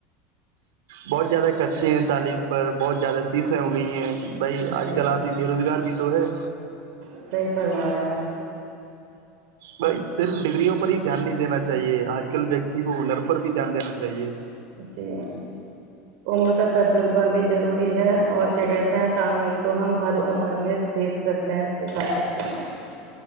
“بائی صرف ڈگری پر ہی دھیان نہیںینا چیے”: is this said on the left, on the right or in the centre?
Right